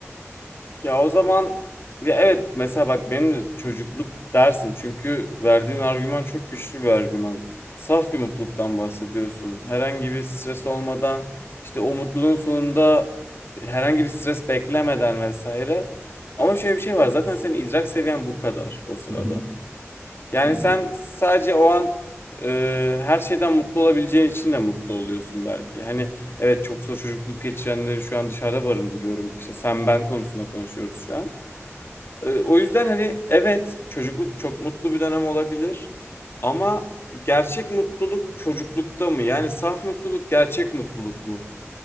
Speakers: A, on the left (about 50°); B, on the right (about 40°).
A: Ya o zaman ya evet mesela bak benim de çocukluk dersin çünkü verdiğin argüman çok güçlü bir argüman. Saf bir mutluluktan bahsediyorsun. Herhangi bir stres olmadan işte o mutluluğun sonunda herhangi bir stres beklemeden vesaire. Ama şöyle bir şey var zaten senin idrak seviyen bu kadar o sırada.
B: Hı hı.
A: Yani
B: Hı.
A: sen sadece o an e, her şeyden mutlu olabileceğin için de mutlu oluyorsun belki. Hani evet çok zor çocukluk geçirenleri şu an dışarıda barındırıyorum. İşte sen ben konusunda konuşuyoruz şu an. E, o yüzden hani evet çocukluk çok mutlu bir dönem olabilir. Ama gerçek mutluluk çocuklukta mı? Yani saf mutluluk gerçek mutluluk mu?